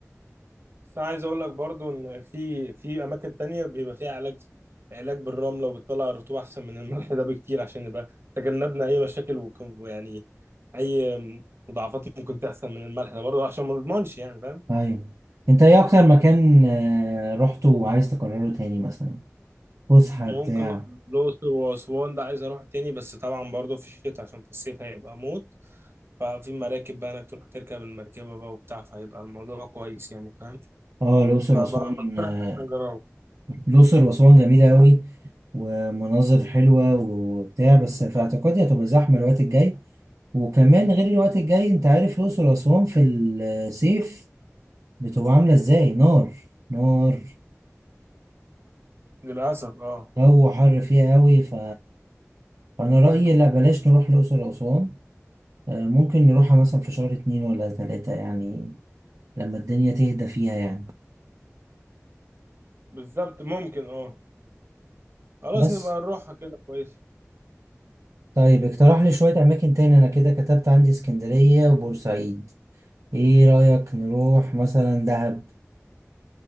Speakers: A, on the right (about 50°); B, on the right (about 75°).
A: بس أنا عايز اقول لك برضو ان في في اماكن تانية بيبقى فيها علاج علاج بالرمله وبتطلع الرطوبه احسن من الملح ده بكتير عشان نبقى تجنبنا اي مشاكل وك- ويعني اي مضاعفات ممكن تحصل من الملح ده برضو عشان ما نضمنش يعني فاهم
B: أيوة أنت إيه أكتر مكان آه، رحته وعايز تكرره تاني مثلا فسحة
A: ممكن
B: بتاع
A: الأقصر وأسوان ده عايز أروح تاني بس طبعا برضه في الشتاء عشان في الصيف هيبقى موت ففي مراكب بقى إنك تروح تركب المركبة بقى وبتاع فهيبقى الموضوع كويس يعني فاهم
B: اه الأقصر
A: فبقى
B: وأسوان
A: بقترح
B: آه،
A: إن إحنا نجربه
B: الأقصر وأسوان جميلة أوي ومناظر حلوة وبتاع بس في اعتقادي هتبقى زحمة الوقت الجاي وكمان غير الوقت الجاي انت عارف الأقصر وأسوان في الصيف بتبقى عاملة ازاي نار نار
A: للأسف أه
B: جو حر فيها قوي ف... فأنا رأيي لا بلاش نروح الأقصر وأسوان آه، ممكن نروحها مثلا في شهر اتنين ولا تلاتة يعني لما الدنيا تهدى فيها يعني
A: بالظبط ممكن أه خلاص
B: بس
A: نبقى نروحها كده كويس
B: طيب اقترح لي شوية أماكن تاني أنا كده كتبت عندي اسكندرية وبورسعيد ايه رأيك نروح مثلا دهب